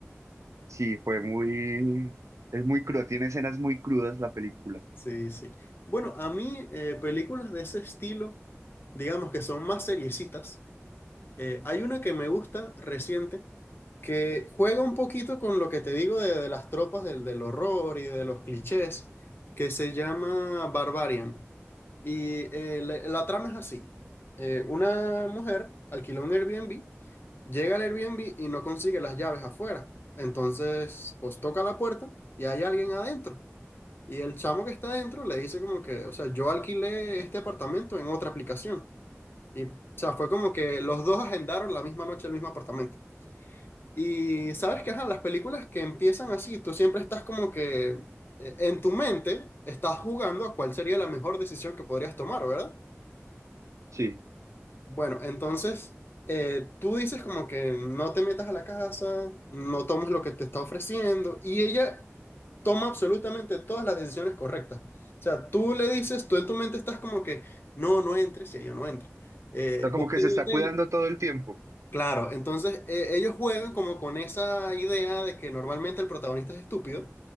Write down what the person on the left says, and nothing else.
Sí, sí. Bueno, a mí eh, películas de ese estilo, digamos que son más seriecitas. Eh, hay una que me gusta reciente, que juega un poquito con lo que te digo de, de las tropas del, del horror y de los clichés, que se llama Barbarian. Y eh, la, la trama es así. Eh, una mujer alquiló un Airbnb, llega al Airbnb y no consigue las llaves afuera. Entonces, pues toca la puerta y hay alguien adentro. Y el chamo que está adentro le dice como que, o sea, yo alquilé este apartamento en otra aplicación. Y, o sea, fue como que los dos agendaron la misma noche el mismo apartamento. Y sabes que, ajá, las películas que empiezan así, tú siempre estás como que eh, en tu mente estás jugando a cuál sería la mejor decisión que podrías tomar, ¿verdad?
Bueno, entonces eh, tú dices como que no te metas a la casa, no tomes lo que te está ofreciendo. Y ella toma absolutamente todas las decisiones correctas. O sea, tú le dices, tú en tu mente estás como que, no, no entres y ella no entra. Eh,
busca
un
hotel.
Claro, entonces eh, ellos juegan como con esa idea de que normalmente el protagonista es estúpido